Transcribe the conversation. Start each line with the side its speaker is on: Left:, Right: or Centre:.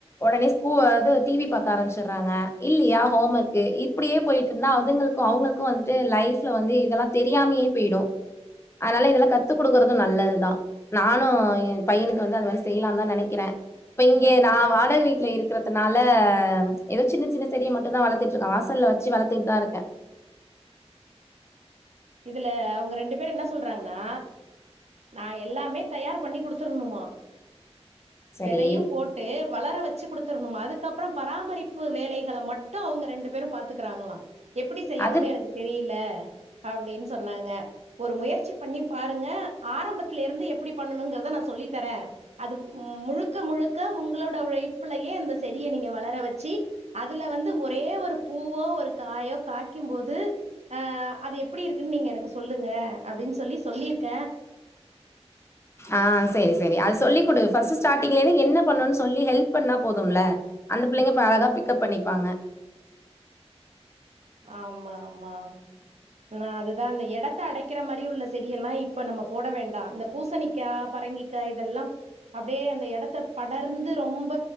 Left: உடனே ஸ்கூ இது டிவி பாக்க ஆரம்பிச்சர்றாங்க இல்லியா ஹோம் ஒர்க்கு இப்படியே போயிட்டு இருந்தா அதுங்களுக்கும் அவங்களுக்கும் வந்துட்டு லைஃப்ல வந்து இதெல்லாம் தெரியாமயே போயிடும் அதனால இதெல்லாம் கத் த்து குடுக்குறதும் நல்லதுதான் நானும் என் பையனுக்கு வந்து அந்த மாரி செய்யலாம்னு தான் நெனைக்கிறேன் இப்ப இங்கே
Right: ஆஹ்
Left: நான் வாடக வீட்ல இருக்கிறத்துனால ல ஏதோ சின்ன சின்ன செடிய மட்டுந்தான் வளர்த்திட்ருக்கேன் வாசல்ல வச்சு வளர்த்திட்தான் இருக்கேன்
Right: இதுல அவுங்க ரெண்டு பேர் என்ன சொல்றாங்கன்னா நான் எல்லாமே தயார் பண்ணி குடுத்துருணுமா
Left: சரி
Right: வெதையும் போட்டு வளர வச்சு குடுத்துரணுமா அதுக் க்கப்பறம் பராமரிப்பு வேலைகளை மட்டும் அவங்க ரெண்டு பேரும் பாத்துக்குறாங்களா எப்படி செய்யணுன்னனு
Left: அது
Right: எனக்கு தெரியில அப்டின்னு சொன்னாங்க ஒரு முயற்சி பண்ணி பாருங்க ஆரம்பத்திலெருந்து எப்டி பண்ணணுங்கிறத நான் சொல்லித்தரேன் அது உம் முழுக்க முழுக்க உங்களோட உழைப்புலயே அந்த செடியை நீங்க வளர வச்சு அதுல வந்து ஒரே ஒரு பூவோ ஒரு காயோ காயக்கும் போது அஹ் அது எப்படி இருக்குன்னு நீங்க எனக்கு சொல்லுங்க அப்படின்னு சொல்லி சொல்லிருக்கேன்
Left: ஆஹ் செரி செரி அது சொல்லி குடு ஃபஸ்ட்டு ஸ்டார்டிங்லேந்து என்ன பண்ணுன்னு சொல்லி ஹெல்ப் பண்ணா போதும்ல அந்த பிள்ளைங்க அழகா பிக்கப் பண்ணிக் வாங்க
Right: ஆமா ஆமா ஆமா நா அதுதா அந்த எடத்த அடைக்கிற மாதிரி உள்ள செடியெல்லா இப்ப நம்ப போட வேண்டா இந்த பூசணிக்கா பரங்கிக்கா இதெல்லா அப்டியே அந்த எடத்த படர்ந்து ரொம்ப